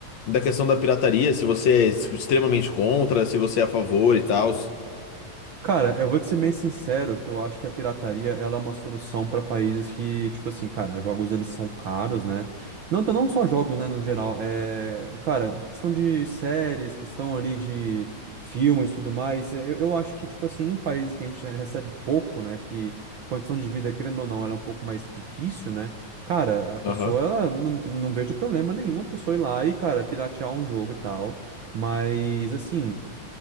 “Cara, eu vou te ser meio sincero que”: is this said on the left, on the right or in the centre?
Right